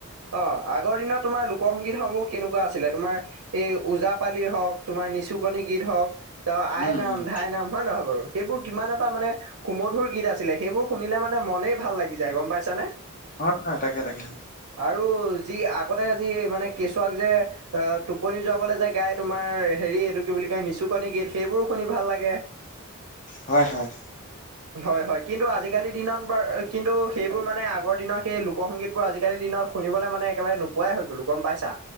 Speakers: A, on the right; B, on the left.
A: অ আগৰ দিনত তোমাৰ লোক - সংংগীতসমূহ কেনেকুৱা আছিলে তোমাৰ এই ওজাপালি হওক, তোমাৰ নিচুকণী গীত হওক, ত আইনাম,
B: উম উম
A: ধাইনাম হয় নহয় বাৰু? সেইবোৰ কিমান এটা মানে সুমধুৰ গীত আছিলে সেইবোৰ শুনিলে মানে মনেই ভাল লাগি যায় গম পাইছা নে?
B: হয় ন তাকে তাকে।
A: আৰু যি আগতে যি মানে কেচুৱাক যে, আ টোপনি যোৱাবলৈ যে গাই তোমাৰ হেৰি এইটো কি বুলি কয় নিচুকনি গীত সেইবোৰো শুনি ভাল লাগে।
B: হয় হয়।
A: হয় হয় কিন্তু আজিকালিৰ দিনত বৰ কিন্তু, সেইবোৰ মানে আগৰ দিনৰ সেই এই এই এইবোৰ মানে আগৰ দিনৰ সেই লোকসংগীতবোৰ আজিকালিৰ দিনত শুনিবলৈ মানে একেবাৰে নোপোৱাই হৈ গলো গম পাইছা?